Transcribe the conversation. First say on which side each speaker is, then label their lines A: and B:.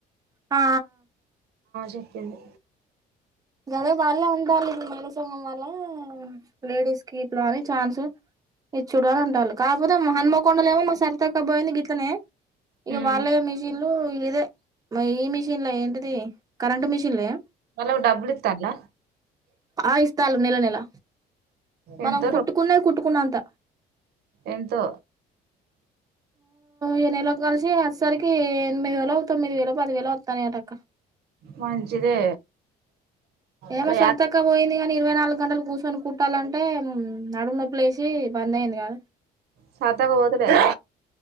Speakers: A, on the right; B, on the right.
A: ఆ
B: చెప్పింది
A: గర వాళ్ళ్య ఉంటాల కసమం వల్ల లేడీస్ కి ఇట్లా అని ఛాన్స్ ఇచ్చుడు అని అంటారు కాకపోతే మా హన్మకొండలే ఏమో మా సరి తక్క పోయింది గితనే ఇక
B: ఉమ్
A: వాల్య మిషిన్ అలు ఇదే ఈ మిషన్లే ఏంటిది కరెంటు మిషన్లే
B: వాళ్ళకు డబ్బులు ఇస్తాలా
A: ఆ ఇస్తాలు నెల నెల మనం
B: ఎంతో
A: కుట్టుకున్న కుట్టుకున్నంత
B: ఎంతో
A: ఈ నెలకి కలిసి అదిసరికి ఎనిమిది వేలు తొమ్మిది వేలు పది వేలు వస్తానే అటక్క
B: మంచిదే
A: ఏమ
B: అలా
A: సర్తాక పోయిని కాని ఇరవై నాలుగు గంటలు కూర్చొని కుట్టాలంటే నడుము నొప్పులు వేసి బంద అయ్యంది కదా
B: తాటాకు పోత లేదా